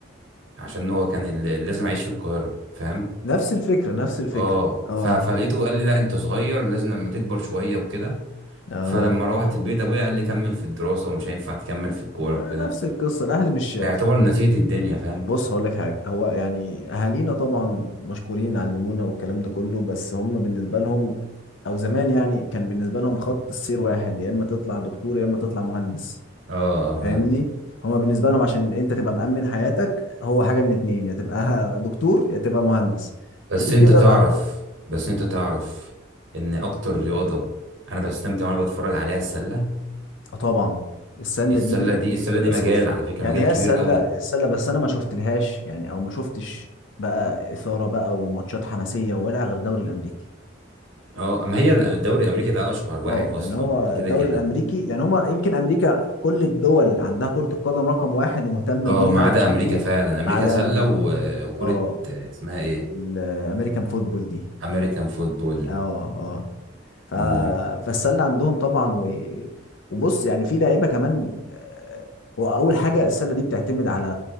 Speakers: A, on the right (about 80°); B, on the left (about 70°).
A: عشان هو كان ال- لازم اعيش في القاهرة فاهم
B: نفس الفكره نفس الفكره
A: اه
B: اه
A: ف- فلقيته قال لي لا انت صغير لازم لما تكبر شوية وكده
B: اه
A: فلما روحت البيت ابويا قال لي كمل في الدراسة ومش هينفع تكمل في الكورة
B: ما
A: وكده
B: نفس القصة الأهل مش
A: فيعتبر نسيت الدنيا فاهم
B: بص هقول لك حاجة هو يعني أهالينا طبعا مشكورين علمونا والكلام ده كله بس هم بالنسبة لهم أو زمان يعني كان بالنسبة لهم خط السير واحد يا إما تطلع دكتور يا إما تطلع مهندس
A: اه آه، فاهم
B: فاهمني هما بالنسبة لهم عشان أنت تبقى مأمن حياتك هو حاجة من اتنين يا تبقى <laughs> دكتور يا تبقى مهندس
A: بس
B: غير كده
A: انت تعرف
B: بقى
A: بس انت تعرف ان اكتر رياضة انا بستمتع وانا بتفرج عليها السلة
B: آه طبعا السلة
A: السلة
B: دي
A: دي السلة دي
B: بس
A: مجال
B: بص
A: على فكرة
B: يعني
A: مجال
B: هي
A: كبير
B: السله
A: قوي
B: السله بس انا ما شفت لهاش يعني او ما شفتش بقى اثاره بقى وماتشات حماسيه ولا غير الدوري الامريكي
A: اه ما هي الدوري الامريكي ده اشهر واحد
B: اه
A: اصلا
B: يعني هو
A: ده كده
B: الدوري
A: كده
B: الامريكي يعني هما يمكن امريكا كل الدول عندها كره القدم رقم واحد ومهتمه
A: اه
B: بيها
A: ما عدا
B: ومش عارف
A: امريكا
B: ايه
A: فعلا امريكا
B: ما عدا
A: سلة
B: امريكا
A: و- وكرة
B: اه
A: اسمها ايه
B: الامريكان فوتبول دي
A: امريكان فوتبول
B: اه اه ف...
A: امم،
B: فالسله عندهم طبعا و... وبص يعني في لعيبه كمان آه، هو اول حاجه السله دي بتعتمد على